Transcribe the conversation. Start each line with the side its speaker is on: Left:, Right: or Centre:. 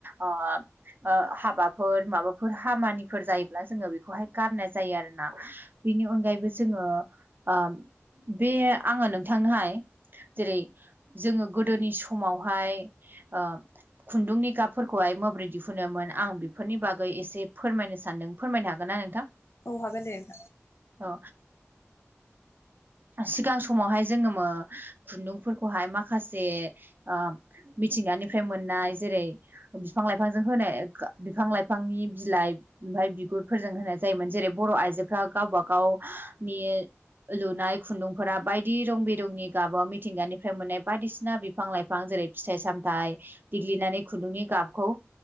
Right: ओ ओ हाबाफोर माबाफोर खामानिफोर जायोब्ला जोङो बेखौहाय गाननाय जायो आरोना। बेनि अनगायैबो जोङो ओ बे आङो नोंथांनोहाय जेरै जोङो गोदोनि समावहाय ओ खुन्दुंनि गाबफोरखौहाय माबोरै दिहुनोमोन आं बेफोरनि बागै एसे फोरमायनो सानदों फोरमायनो हागोन ना नोंथां
Left: औ हागोन दे नोंथां
Right: औ सिगां समावहाय जोङो मो खुन्दुंफोरखौहाय माखासे ओ मिथिंगानिफ्राय मोननाय जेरै बिफां लाइफांजों होनाय बिफां लाइफांनि बिलाइ ओमफ्राय बिगुरफोरजों होनाय जायोमोन जेरै बर' आइजोफ्रा गावबा गावनि लुनाय खुन्दुंफोरा बायदि रं बिरंनि गाबाव मिथिंगानिफ्राय मोननाय बायदिसिना बिफां लाइफां जेरै फिथाइ सामथाइ देग्लिनानै खुन्दुंनि गाबखौ